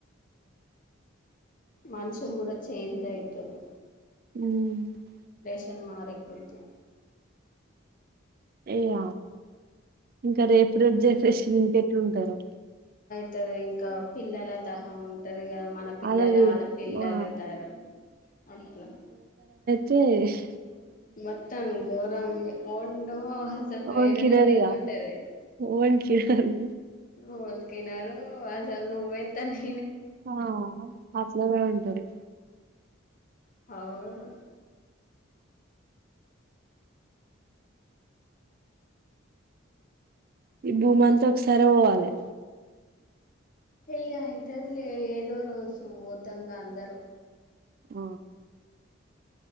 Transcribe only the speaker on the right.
మ్
ఏఇగ ఇంకా రేపు రేపు జనరేషన్ ఇంకెట్లుంటరో
అలాది
ఆ
తేష్
ఓన్కినరిగా
ఓన్కినరు
ఆ అట్లనే ఉంటారు
ఈ భూమంతా ఒకసారే పోవాలె
ఆ